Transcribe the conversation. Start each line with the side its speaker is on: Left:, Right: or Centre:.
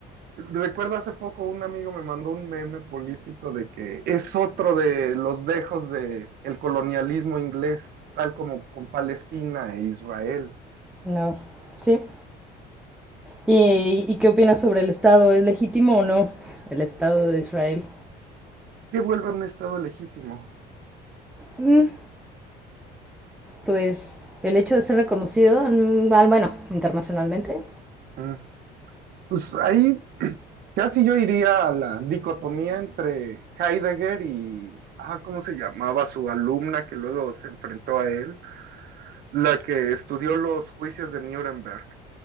Right: recuerdo hace poco un amigo me mandó un meme político de que es otro de los dejos del colonialismo inglés, tal como con Palestina e Israel,
Centre: No, sí. ¿Y, y qué opinas sobre el Estado? ¿Es legítimo o no el Estado de Israel?
Right: que vuelve a un estado legítimo.
Centre: Mm, Pues el hecho de ser reconocido, mm, al- bueno, internacionalmente,
Right: Mm. Pues ahí <clears throat> casi yo iría a la dicotomía entre Heidegger y, ah, ¿cómo se llamaba su alumna que luego se enfrentó a él? La que estudió los juicios de Nuremberg.